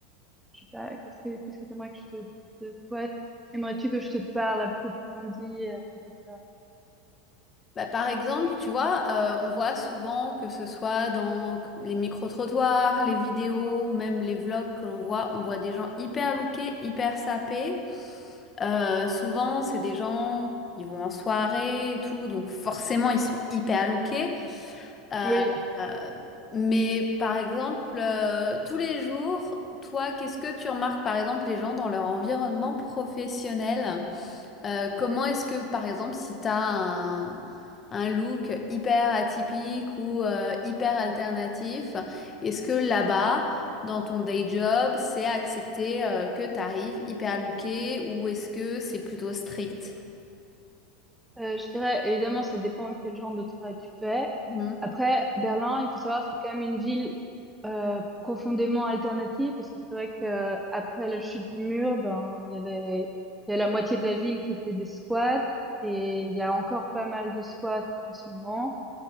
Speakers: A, in the centre; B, on the left.
A: Je sais pas, qu'est-ce que qu'est-ce que t'aimerais que je te de quoi aimerais-tu que je te parle à proprement dit à propos de ça?
B: Bah, par exemple, tu vois, euh, on voit souvent que ce soit dans les micro-trottoirs, les vidéos ou même les vlogs que l'on voit, on voit des gens hyper lookés, hyper sapés. Euh, souvent, c'est des gens, ils vont en soirée et tout, donc forcément, ils sont hyper lookés. Euh,
A: Oui,
B: euh, mais par exemple, euh, tous les jours, toi, qu'est-ce que tu remarques, par exemple, les gens dans leur environnement professionnel? Euh, comment est-ce que, par exemple, si t'as un, un look hyper atypique ou euh, hyper alternatif, est-ce que là-bas, dans ton day job, c'est accepté euh, que t'arrives hyper looké ou est-ce que c'est plutôt strict?
A: euh, je dirais évidemment ça dépend quel genre de travail tu fais.
B: Mhm.
A: Après, Berlin, il faut savoir c'est quand même une ville euh, profondément alternative parce que c'est vrai que après la chute du mur, ben il y avait il y a la moitié de la ville qui était des squats et il y a encore pas mal de squats en ce moment.